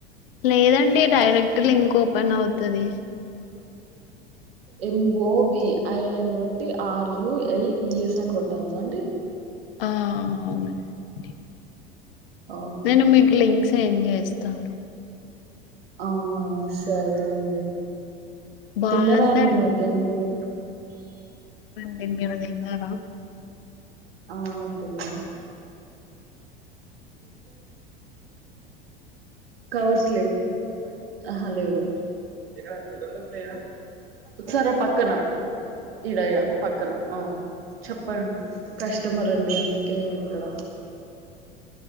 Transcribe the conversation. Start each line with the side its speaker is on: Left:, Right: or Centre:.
Left: లేదండి డైరెక్ట్ లింక్ ఓపెన్ అవుతది
Right: ఎంఓ విఐ అని కొట్టి ఆర్ యు ఎల్ఈఎస్ అని కొట్టాల అండీ
Left: ఆ అవునండి
Right: ఓహో
Left: నేను మీకు లింక్స్ సెండ్ చేస్తాను
Right: అవునా సరే అంది
Left: బాగుందండి
Right: తిన్నరాండి మధ్యాహ్నం లేద
Left: న్ మీరు తిన్నారా
Right: ఆ తిన్నాం కవర్స్ లేవు ఆహా లేవు లేవు ఎక్కడ ఎక్కడా ఉసర పక్కనాడు ఇడా ఇడా పక్కన ఆ చెప్పండి కస్టమర్ అండి అందుకే ఇక్కడ